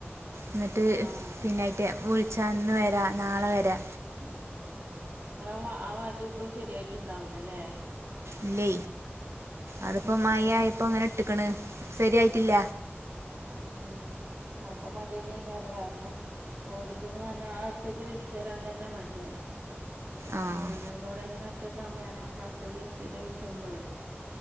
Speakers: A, on the right; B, on the right.
A: എന്നിട്ട്
B: ആഹ്
A: പിന്നായിട്ട് വിളിച്ചാ അന്ന് വരാ നാളെ വരാ
B: നിങ്ങള് അവ ആ ബാത്ത് ഇപ്പോളും ശരിയായിട്ട് ഉണ്ടാവില്ല അല്ലേ
A: ഇല്ലേ അതിപ്പോ മായ
B: ഏ
A: ഇപ്പ അങ്ങനെ ഇട്ടക്ക്ണ് ശരിയായിട്ടില്ല
B: ഉം അപ്പൊ മടിയന്നെ കാര്യം കാരണം പോലിക്ക്ന്ന് പറഞ്ഞാ അത്തേക്ക് വെച്ചു തരാൻ തന്നെ മടിയാണ്
A: ആഹ്
B: ഞാൻ അത് ഇവിടെങ്ങനെ ഒറ്റകാവുമ്പോ ഞാൻ അങ്ങനെ അത്തക്ക്ച്ച്രോ ചോച്ചുമ്പളേ